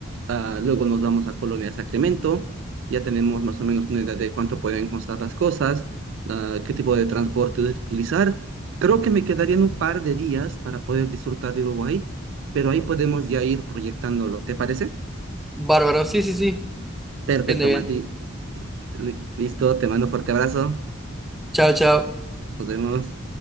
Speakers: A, on the right; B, in the centre.
A: ah, luego nos vamos a Colonia de Sacramento, ya tenemos más o menos una idea de cuánto pueden costar las cosas, ah, qué tipo de transporte utilizar. Creo que me quedarían un par de días para poder disfrutar de Uruguay, pero ahí podemos ya ir proyectándolo. ¿Te parece?
B: Bárbaro, sí, sí, sí,
A: Perfecto,
B: bien de bien.
A: Mati. Li- Listo, te mando un fuerte abrazo.
B: Chao, chao.
A: Nos vemos.